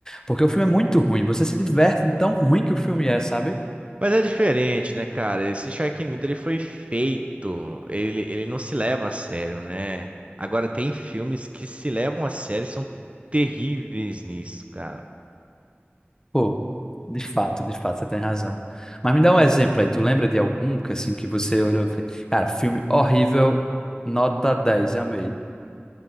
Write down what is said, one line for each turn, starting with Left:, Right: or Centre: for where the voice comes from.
Left: porque o filme é muito ruim, você se diverte de tão ruim que o filme é, sabe?
Right: Mas é diferente, né, cara? Esse Sharknado ele foi feito, ele, ele não se leva a sério, né? Agora tem filmes que se levam a sério e são terríveis nisso, cara.
Left: Pô, de fato, de fato, você tem razão. Mas me dá um exemplo aí, tu lembra de algum que assim que você olhou, e fez, cara, filme horrível, nota 10 amei.